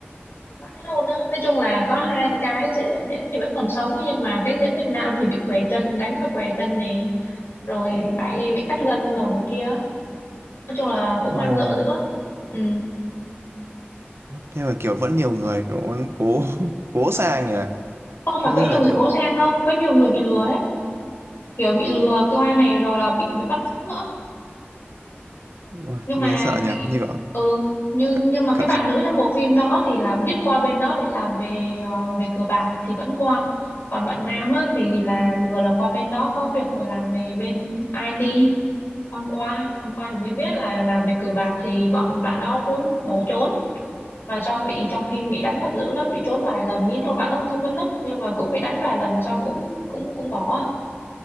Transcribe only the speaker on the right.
Ồ,
thế mà kiểu vẫn nhiều người kiểu vẫn cố <laughs> cố sang nhỉ?
Không
biết
là
kiểu
ôi,
nghe
sợ nhỉ?
Như kiểu
cả-
cảm
giác.